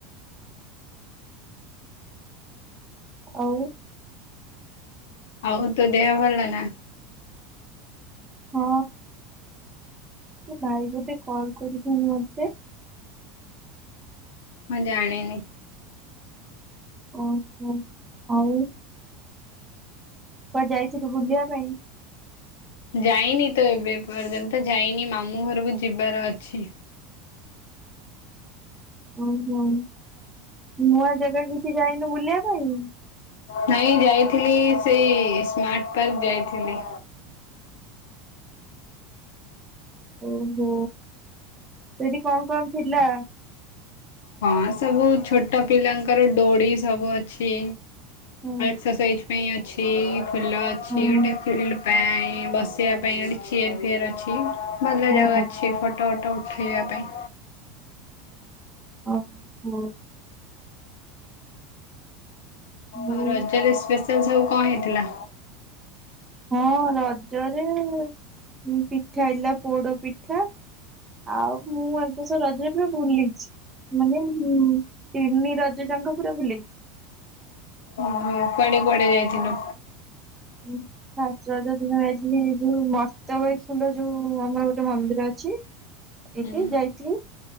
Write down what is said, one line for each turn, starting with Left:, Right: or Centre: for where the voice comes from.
Right: ଆଉ
Left: ଆଉ ତ ଦେହ ଭଲ ନା।
Right: ହଁ ସେ ଭାଇ ଗୋଟେ କଲ କରିଛନ୍ତି ମତେ।
Left: ମୁଁ ଜାଣିନି।
Right: ଓହୋ ଆଉ କୁଆଡେ ଯାଇଥିଲୁ ବୁଲିବା ପାଇଁ
Left: ଯାଇନି ତ ଏବେ ପର୍ଯ୍ୟନ୍ତ ଯାଇନି, ମାମୁଁ ଘରକୁ ଯିବାର ଅଛି।
Right: ଓହୋ। ନୂଆ ଜାଗା କିଛି ଯାଇନୁ ବୁଲିବା ପାଇଁ
Left: ନାଇଁ ଯାଇଥିଲି ସେଇ ସ୍ମାର୍ଟ ପାର୍କ ଯାଇଥିଲି।
Right: ଓହୋ, ସେଠି କଣ କଣ ଥିଲା?
Left: ହଁ ସବୁ ଛୋଟ ପିଲାଙ୍କର ଡୋଡି ସବୁ ଅଛି।
Right: ହୁଁ
Left: ଏକସସାଇଜ ପାଇଁ ଅଛି, ଫୁଲ ଅଛି
Right: ହୁଁ
Left: ଗୋଟେ ଫଡ ପାଇଁ ବସିବା ପାଇଁ ଗୋଟେ ଚିୟର ଫିୟର ଅଛି, ଭଲ
Right: ହୁଁ
Left: ଜାଗା ଅଛି ଫଟୋ ଫଟୋ ଉଠ ଖେଳିବା ପାଇଁ
Right: ଓ ହ
Left: ଆଉ
Right: ଏଇ
Left: ରଜରେ ସ୍ପେଶାଲ ସବୁ କଣ ହେଇଥିଲା।
Right: ହଁ ରଜରେ ପିଠା ହେଇଥିଲା, ପୋଡ ପିଠା ଆଉ ମୁଁ ଏବଷ ରଜ ବି ଭୁଲିଛି ମାନେ ମୁଁ ତିନି ରଜ ଯାଙ୍କ ପୁରା ବୁଲେଇଛି
Left: ଓହୋ କୁଆଡେ କୁଆଡେ ଯାଇଥିଲୁ?
Right: ହୁଁ ହ ରଜ ଦିନ ଯାଇଥିଲି ଯୋଉ ମତବୈଖୁଣ୍ଡ ଯୋଉ ଆମର ଗୋଟେ ମନ୍ଦିର ଅଛି
Left: ହୁଁ
Right: ଏଠି ଯାଇଥିଲି